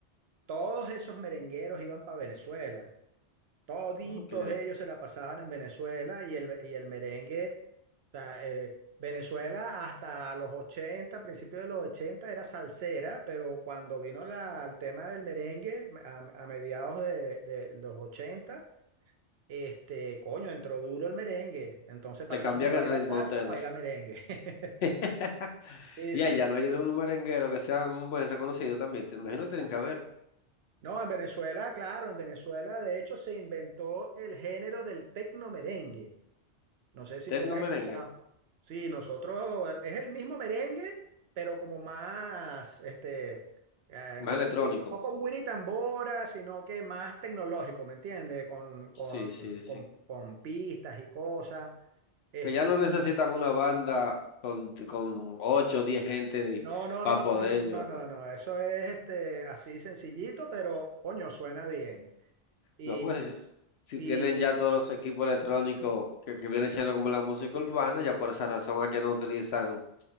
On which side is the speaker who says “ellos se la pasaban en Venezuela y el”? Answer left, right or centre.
Right